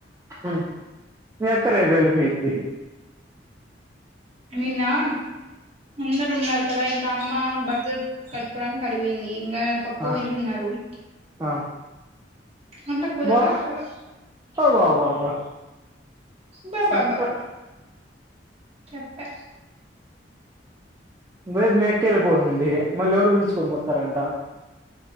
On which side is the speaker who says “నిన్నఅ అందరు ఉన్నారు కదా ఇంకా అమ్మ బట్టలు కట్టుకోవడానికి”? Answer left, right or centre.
Right